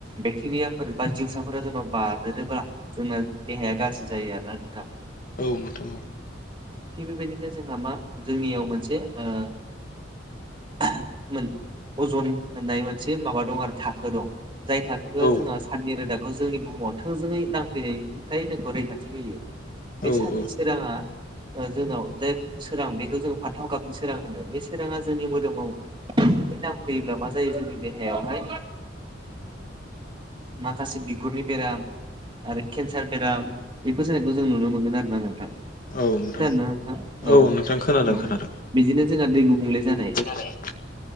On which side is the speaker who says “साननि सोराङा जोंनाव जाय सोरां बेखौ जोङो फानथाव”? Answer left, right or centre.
Right